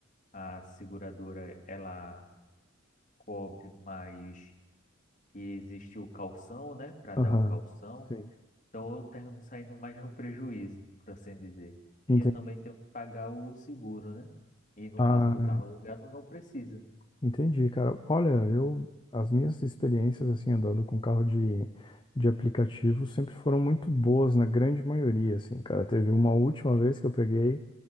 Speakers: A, on the left (about 40°); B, on the left (about 25°).
A: a seguradora ela cobre, mas que existe o calção, né, para
B: Aham,
A: dar o calção
B: sim,
A: Então eu termino saindo mais no prejuízo, por assim dizer.
B: entendi.
A: E eu também tenho que pagar o seguro, né? E no
B: Ah,
A: caso do carro alugado, não precisa.
B: Entendi, cara. Olha, eu as minhas experiências assim andando com carro de, de aplicativo sempre foram muito boas na grande maioria, assim, cara. Teve uma última vez que eu peguei